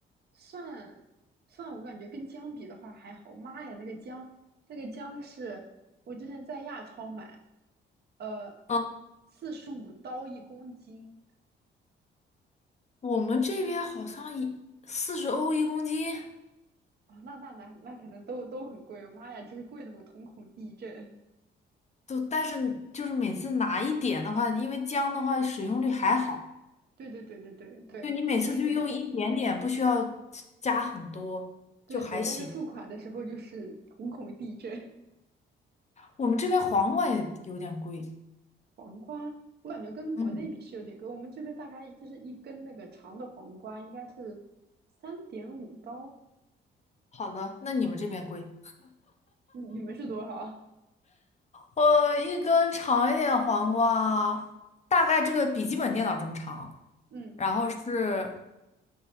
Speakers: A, on the right (about 55°); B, on the left (about 35°).
A: 蒜蒜我感觉跟姜比的话还好。妈呀，那个姜那个姜是我之前在亚超买，呃，
B: 嗯，
A: 四十五刀一公斤，
B: 我们这边好像一四十欧一公斤，
A: 啊，那那那那可能都都很贵，妈呀，就是贵的我瞳孔地震。
B: 都，但是就是每次拿一点的话，因为姜的话使用率还好，
A: 对对对对对对，
B: 就你每次就用一点点，
A: 是是这样，
B: 不需要加很多，
A: 对对，
B: 就还行。
A: 但是付款的时候就是瞳孔地震。<laughs>
B: 我们这边黄瓜也有点贵。
A: 黄瓜，我感觉跟国内比是有点贵，
B: 嗯，
A: 我们这边大概就是一根那个长的黄瓜应该是三点五刀，
B: 好的，那你们这边贵？
A: 你你们是多少啊？
B: 我一根长一点黄瓜，大概这个笔记本电脑这么长，
A: 嗯，
B: 然后是